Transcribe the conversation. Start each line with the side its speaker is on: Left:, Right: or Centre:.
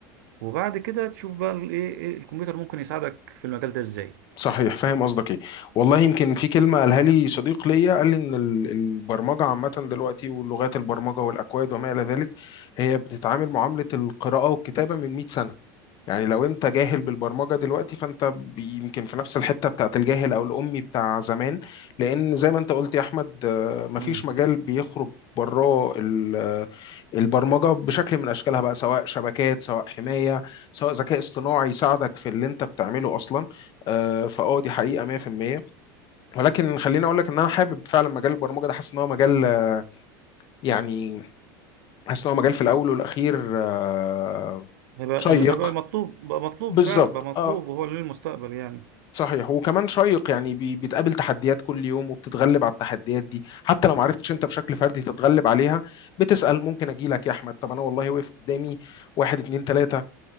Right: وبعد كده تشوف بقى الإيه إيه إيه الكمبيوتر ممكن يساعدك في المجال ده إزاي
Left: صحيح فاهم قصدك ايه والله يمكن في كلمه قالها لي صديق ليا قال لي ان ال- البرمجه عامه دلوقتي واللغات البرمجه والاكواد وما الى ذلك هي بتتعامل معامله القراءه والكتابه من 100 سنه يعني لو انت جاهل بالبرمجه دلوقتي فانت ب- يمكن في نفس الحته بتاعت الجاهل او الامي بتاع زمان لان زي ما انت قلت يا احمد آه، مفيش
Right: مم.
Left: مجال بيخرج براه ال- آه، البرمجه بشكل من اشكالها بقى سواء شبكات سواء حمايه سواء ذكاء اصطناعي يساعدك في اللي انت بتعمله اصلا آه، فاه دي حقيقه 100% ولكن خليني اقول لك ان انا حابب فعلا مجال البرمجه ده حاسس ان هو مجال آه، يعني حاسس ان هو مجال في الاول والاخير آه،
Right: هيبقى
Left: شيق
Right: اللي هيبقى مطلوب بقى مطلوب
Left: بالظبط
Right: فعلا بقى مطلوب
Left: اه
Right: وهو للمستقبل يعني
Left: صحيح وكمان شيق يعني بي- بتقابل تحديات كل يوم وبتتغلب على التحديات دي حتى لو ما عرفتش انت بشكل فردي تتغلب عليها بتسأل ممكن اجي لك يا احمد طب انا والله واقف قدامي واحد اتنين تلاتة